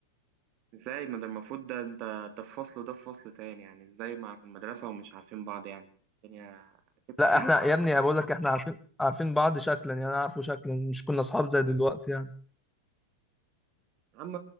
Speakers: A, on the right (about 40°); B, in the centre.
A: إزاي ما ده المفروض ده أنت ده في فصل وده في فصل تاني يعني إزاي مع في المدرسة ومش عارفين بعض يعني الدنيا أكيد
B: لا
A: أكيد
B: احنا يا ابني بقول لك احنا عارفين عارفين بعض شكلا يعني انا عارفه شكلا مش كنا صحاب زي دلوقتي يعني
A: يا عم